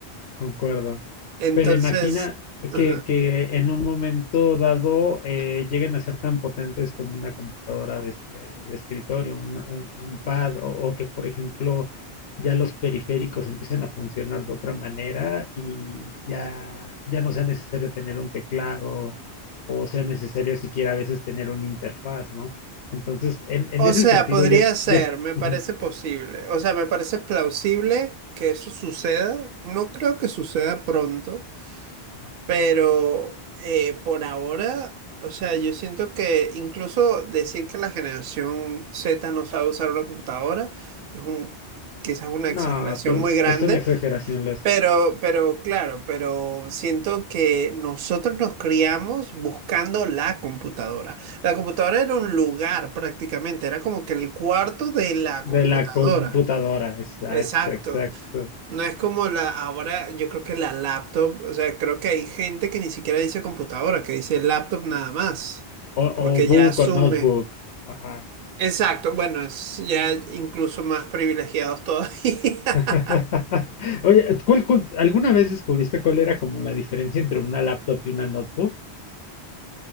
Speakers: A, on the left; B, on the right.
A: Concuerdo.
B: Entonces,
A: Pero imagina
B: ajá.
A: que, que en un momento dado eh, lleguen a ser tan potentes como una computadora de, eh, de escritorio, una- un, un pad, o, o que, por ejemplo, ya los periféricos empiecen a funcionar de otra manera y ya, ya no sea necesario tener un teclado o sea necesario siquiera a veces tener una interfaz, ¿no? Entonces, en, en
B: O
A: ese
B: sea,
A: sentido,
B: podría
A: ya es,
B: ser,
A: ya es,
B: me
A: ujú,
B: parece posible. O sea, me parece plausible que eso suceda. No creo que suceda pronto.
A: ajá.
B: Pero eh, por ahora, o sea, yo siento que incluso decir que la generación Z no sabe usar una computadora es un, quizás una
A: no,
B: exageración
A: to-
B: muy grande,
A: es una exageración, Les.
B: pero, pero claro, pero siento que nosotros nos criamos buscando la computadora. La computadora era un lugar prácticamente, era como que el cuarto de la computadora.
A: De la computadora, exacto,
B: Exacto.
A: exacto.
B: No es como la, ahora yo creo que la laptop, o sea, creo que hay gente que ni siquiera dice computadora, que dice laptop nada más,
A: O,
B: porque
A: o book
B: ya asume.
A: o notebook. Ajá.
B: Exacto, bueno, es ya incluso más privilegiados todavía. <laughs>
A: <laughs> Oye, ¿cuál- cuál- alguna vez descubriste cuál era como la diferencia entre una laptop y una notebook?